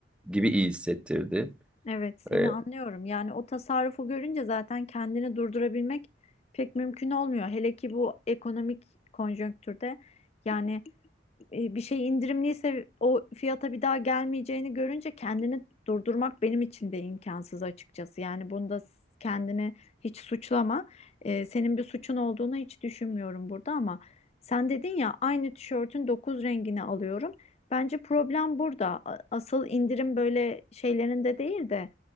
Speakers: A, in the centre; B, on the left.
A: gibi iyi hissettirdi.
B: Evet, seni
A: Ee,
B: anlıyorum. Yani o tasarrufu görünce zaten kendini durdurabilmek pek mümkün olmuyor. Hele ki bu ekonomik konjonktürde yani e, bir şey indirimliyse o fiyata bir daha gelmeyeceğini görünce kendini durdurmak benim için de imkansız açıkçası. Yani bunda kendini hiç suçlama. E, senin bir suçun olduğunu hiç düşünmüyorum burada ama sen dedin ya aynı tişörtün 9 rengini alıyorum. Bence problem burada. A- Asıl indirim böyle şeylerinde değil de